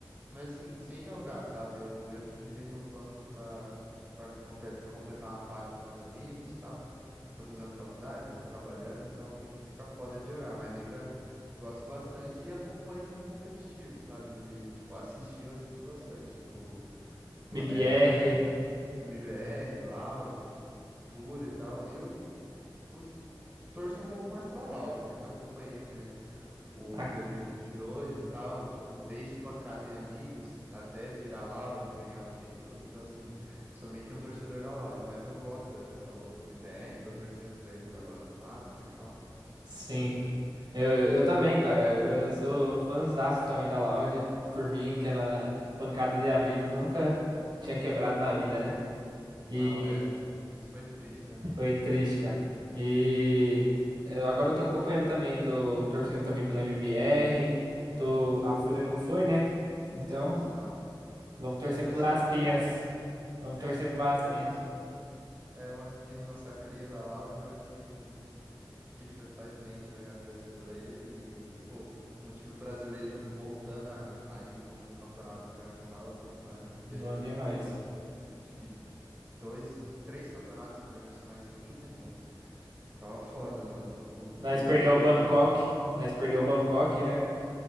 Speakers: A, on the right; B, on the right.
A: Mas assim, sem jogar, sabe? Eu entro de vez em quando pra, pra complet- completar uma party com os meus amigos e tal, que tô fazendo faculdade, né? Trabalhando, então meio que fica foda de jogar, mas ainda gosto bastante e acompanho muito competitivo, sabe? De, tipo, assistir, eu assisto bastante, tipo, la-
B: BBR,
A: eh, MBR, Loud, Fúria e tal. Eu cus- torço um pouco mais pra Loud, porque eu acompanhei, né? o
B: ah,
A: 2022 e vinte e dois e tal, tipo, desde Pancada e Amigos até virar Loud e ganhar o Champions. Então, assim, sou meio que um torcedor da Loud, mas eu gosto dessa- eu- do MBR, tô torcendo pra eles agora no Master e tal.
B: sim.
A: E você?
B: Eu, eu também, cara, eu sou fãzaço também da Loud. Por mim, aquela pancada de amigos nunca tinha quebrado na vida, né?
A: Não,
B: E
A: é, isso foi triste, né?
B: foi triste, cara. E eu- agora eu tô acompanhando também, tô torcendo também pela MBR. Tô... A Fúria não foi, né? Então,
A: Não.
B: vamos torcer
A: É, foi
B: por
A: só
B: Aspinhas.
A: o MBR.
B: Vamos torcer
A: É, mas
B: por
A: torcer
B: Aspinhas.
A: pelo Aspin. É, o aspin Aspinhas, nossa cria da Loud, eu acho que que fa- faz bem, tá ligado? Torcer pra ele e, pô, um time brasileiro voltando a, a ir pra um campeonato internacional é bom demais, né? Porque
B: Bom
A: a gente
B: demais.
A: ficou, eu acho, acho que dois, três campeonatos internacionais sem ir, né, velho? Tava foda,
B: Foi.
A: mano. O
B: Nós
A: Valorante
B: perdeu
A: brasileiro,
B: o Bangkok. Nós perdeu o Bangkok, né?